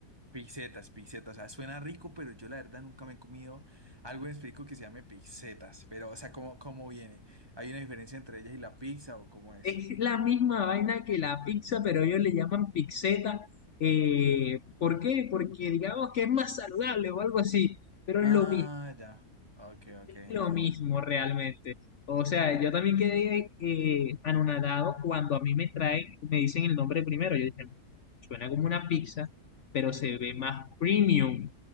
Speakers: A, on the right (about 15°); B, on the left (about 55°).
A: Pizzetas, pizzetas. O sea, suena rico, pero yo la verdad nunca me he comido algo en específico que se llame pizzetas. Pero, o sea, ¿cómo, cómo viene? ¿Hay una diferencia entre ellas y la pizza o cómo es?
B: Es la misma vaina que la pizza, pero ellos le llaman pizzeta. Eh, ¿por qué? Porque digamos que es más saludable o algo así, pero
A: Ah,
B: es lo mismo.
A: ya. Ok, ok,
B: Es
A: entiendo.
B: lo mismo realmente. O sea, yo también quedé eh, anonadado cuando a mí me traen, me dicen el nombre primero. Yo dije, suena como una pizza, pero
A: Ujú.
B: se ve más premium.